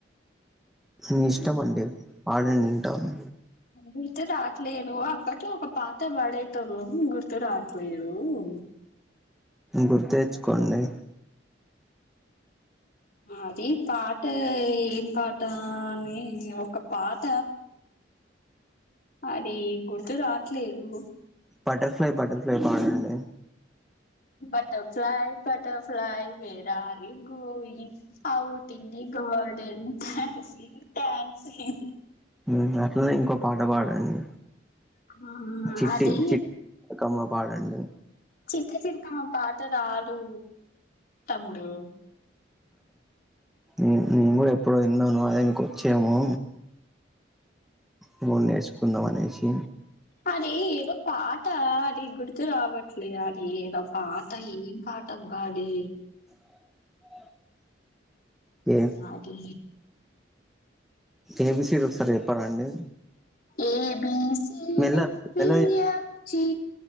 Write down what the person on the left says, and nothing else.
గుర్తు రావట్లేదు. అప్పట్లో ఒక పాట పాడేటోల్లము గుర్తు రావట్లేదు. ఓ
అది పాట ఏం పాట అని ఒక పాట అది గుర్తు రాట్లేదు.
బటర్ఫ్లై butterfly where are you going outing garden dancing dancing
ఆ,
అది
చిట్టి చిలకమ్మ పాట రాదు తమ్ముడు.
అది ఏదో పాట. అది గుర్తు రావట్లే, అది ఏదో పాట ఏం పాట. అది
మ్ అది
ఏబిసిడి
E F G